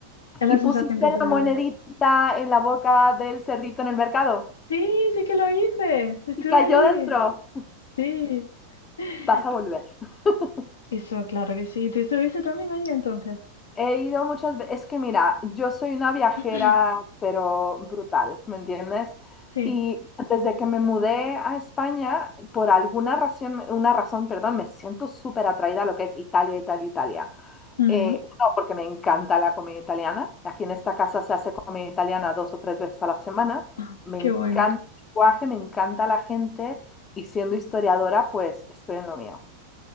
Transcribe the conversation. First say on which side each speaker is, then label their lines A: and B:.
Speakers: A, on the left; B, on the left.
A: Es la
B: ¿Y
A: sensación
B: pusiste
A: que tuve
B: la monedita
A: yo.
B: en la boca del cerdito en el mercado?
A: Sí, sí que lo hice, estuve
B: Y cayó
A: allí,
B: dentro.
A: sí. <laughs>
B: Vas a volver. <laughs>
A: Eso, claro que sí. ¿Tú estuviste también allí entonces?
B: He ido muchas veces, es que mira, yo soy una viajera,
A: <clears throat>
B: pero brutal, ¿me entiendes?
A: Sí.
B: Y desde que me mudé a España, por alguna razón, una razón, perdón, me siento súper atraída a lo que es Italia, Italia, Italia.
A: Mm.
B: Eh, uno, porque me encanta la comida italiana. Aquí en esta casa se hace comida italiana dos o tres veces a la semana.
A: Ah,
B: Me
A: Qué
B: encanta
A: bueno.
B: el lenguaje, me encanta la gente y siendo historiadora, pues estoy en lo mío.